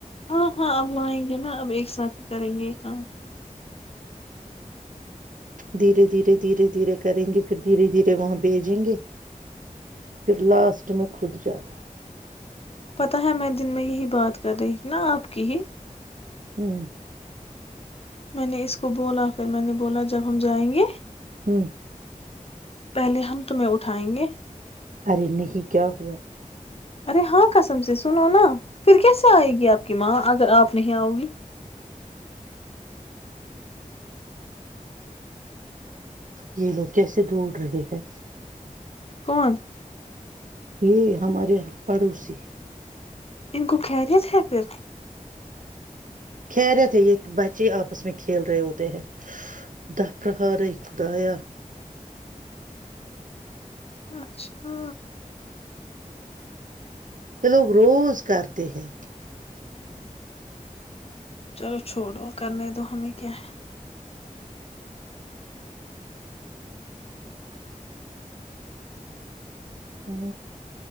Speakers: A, on the left; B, on the right.
A: ہاں ہاں اب وہئیں گے نا اب ایک ساتھ ہی کریں گے کام
B: دھیرے دھیرے دھیرے دھیرے کریں گے پھر دھیرے دھیرے وہاں بھیجیں گے پھر لاسٹ میں خود جانا
A: پتاہ ہے میں دن میں یہی بات کر رہی نا آپ کی ہی
B: ہوں
A: میں نے اس کو بولا پھر میں نے بولا جب ہم جائیں گے
B: ہوں
A: پہلے ہم تمہیں اٹھائیں گے
B: اری نہیں ہی کیا ہوا
A: ارے ہاں کسم سے سنو نا پھر کیسے آئے گی آپ کی ماں اگر آپ نہیں آؤ گی
B: یہ لوگ کیسے دوڑ رہے ہیں؟
A: کون
B: یہ ہمارے یہاں پڑوسی
A: ان کو خریت ہے پھر
B: خیرتے یہ بچے آپس میں کھیل رہے ہوتے ہیں د فرہار خدایا
A: اچھا
B: یہ لوگ روز کرتے ہیں
A: چلو چھوڑو کرنے دو ہمیں کیا ہے
B: ہ